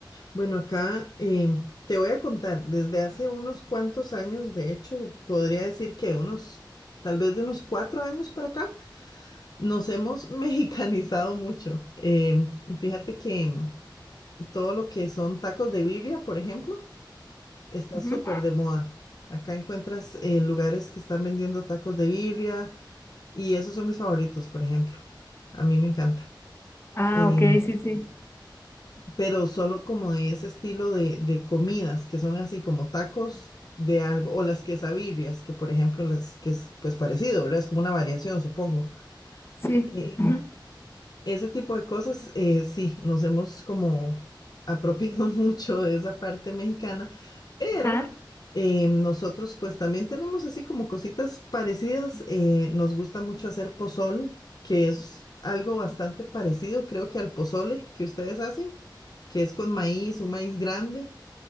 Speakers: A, on the left; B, on the left.
A: Bueno, acá em, te voy a contar, desde hace unos cuantos años, de hecho, podría decir que unos, tal vez de unos cuatro años para acá. Nos hemos mexicanizado mucho. Eh, fíjate que mm, todo lo que son tacos de birria, por ejemplo, está
B: Ujú.
A: súper de moda. Acá encuentras eh, lugares que están vendiendo tacos de birria y esos son mis favoritos, por ejemplo. A mí me encanta.
B: Ah,
A: Eh,
B: ok, sí, sí.
A: pero solo como de ese estilo de, de comidas que son así como tacos de algo o las quesabirrias, que por ejemplo las que es pues parecido, ¿verdad? Es como una variación, supongo.
B: Sí.
A: Eh,
B: ujú,
A: Ese tipo de cosas, eh, sí, nos hemos como apropiado <laughs> mucho de esa parte mexicana, pero
B: Ajá,
A: eh, nosotros pues también tenemos así como cositas parecidas. eh, nos gusta mucho hacer pozol, que es algo bastante parecido, creo que al pozole que ustedes hacen, que es con maíz, un maíz grande,